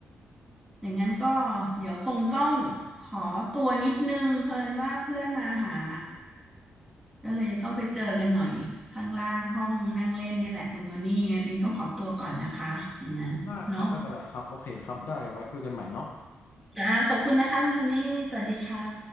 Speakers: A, in the centre; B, on the left.
A: อย่างนั้นก็เดี๋ยวคงต้องขอตัวนิดนึงเพิ่นว่าเพื่อนมาหาแล้วเลยจะต้องไปเจอกันหน่อยข้างล่างห้องนั่งเล่นนี่แหละคุณโทนี่ไงปิงต้องขอตัวก่อนนะคะอย่างนั้นเนาะ
B: ได้ครับไม่เป็นไรครับโอเคครับได้เดี๋ยวไว้คุยกันใหม่เนาะ
A: จ้าขอบคุณนะคะคุณโทนี่สวัสดีค่ะ